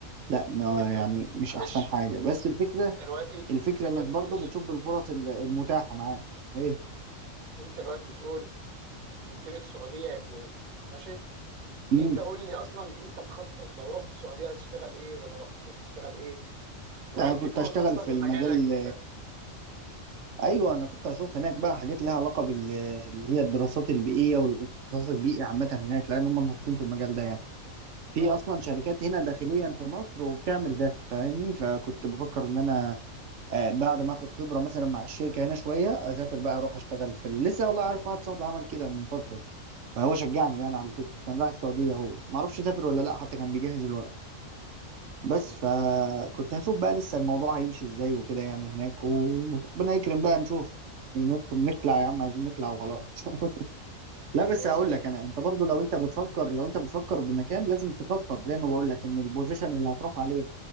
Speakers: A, on the right; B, on the right.
A: لا ما-
B: طب انت
A: يعني مش
B: معلش
A: احسن حاجه بس الفكره
B: انت دلوقتي
A: الفكره
B: انت دلوقتي
A: انك برضو
B: معلش
A: بتشوف الفرص المتاحه معاك ايه
B: انت دلوقتي بتقول قلت لي السعوديه يا الكويت ماشي
A: مم.
B: انت قول لي اصلا انت مخطط لو رحت السعوديه هتشتغل ايه ولا رحت الكويت تشتغل ايه وهل
A: انا كنت
B: في فرص
A: اشتغل
B: اصلا
A: في
B: لمجالك
A: المجال
B: ولا
A: ايوه انا كنت اشوف هناك بقى حاجات لها علاقه بال اللي هي الدراسات البيئيه والاختصاص البيئي عامه هناك لان هم نشيطين في المجال ده يعني في
B: اه
A: اصلا شركات هنا داخليا في مصر وبتعمل ده فاهمني فكنت بفكر ان انا آه، بعد ما اخد خبره مثلا مع الشركه هنا شويه اسافر بقى اروح اشتغل في ال- لسه والله عارف واحد صاحبي عمل كده من فتره فهو شجعني يعني على فكره كان رايح السعوديه هو ما اعرفش سافر ولا لا
B: م-
A: حتى كان بيجهز الورق بس
B: م- م.
A: فكنت هشوف بقى لسه الموضوع هيمشي ازاي وكده يعني هناك وربنا يكرم بقى نشوف نطلع يا عم عايزين نطلع وخلاص <laughs> لا بس
B: اه والله
A: هقول لك انا انت برضو لو انت بتفكر لو انت بتفكر بمكان لازم تخطط زي ما بقول لك ان البوزيشن اللي هتروح عليه